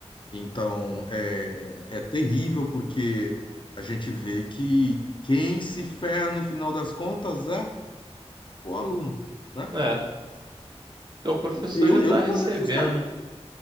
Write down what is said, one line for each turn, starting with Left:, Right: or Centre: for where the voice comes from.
Left: Então, é, é terrível porque a gente vê que quem se ferra no final das contas é o aluno, né?
Right: É. Porque o professor
Left: Eu,
Right: já tá
Left: eu não
Right: recebendo.
Left: tô dizendo que os caras...